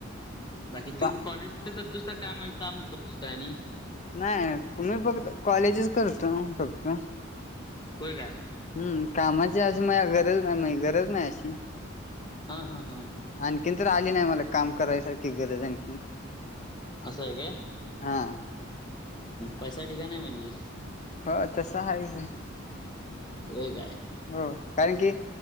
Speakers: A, on the left (about 20°); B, on the left (about 35°).
A: बाकी
B: पा
A: तू कॉलेज कुट करतोस काय? काम काम करतोस का आणि?
B: नाही त मी फक्त कॉलेजच करतो फक्त.
A: होय काय?
B: हम्म कामाची अशी माझी गरज नाही, गरज नाही अशी.
A: हा हा हा
B: आणखीन तर आली नाही, मला काम करायसारखी गरज आणखीन.
A: असं आहे काय,
B: हा
A: पैसा ढिगाण आहे म्हणजे.
B: हो तसं आहेच‌
A: व्हय काय?
B: हो कारण की